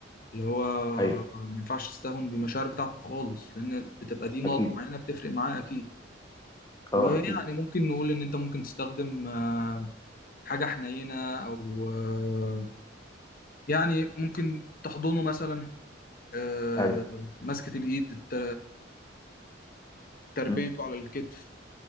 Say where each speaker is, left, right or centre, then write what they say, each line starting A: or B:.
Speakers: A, on the left; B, on the left.
A: اللي هو آه،
B: ايوه
A: ما ينفعش تستهون بالمشاعر بتاعته خالص لان بتبقى دي نقط
B: اكيد
A: معينه بتفرق معاه اكيد
B: اه
A: ويعني
B: اكيد
A: ممكن نقول ان انت ممكن تستخدم آه، حاجه حنينه او آه، يعني ممكن تحضنه مثلا آه،
B: ايوه
A: مسكة الإيد الت- تربيته
B: امم.
A: على الكتف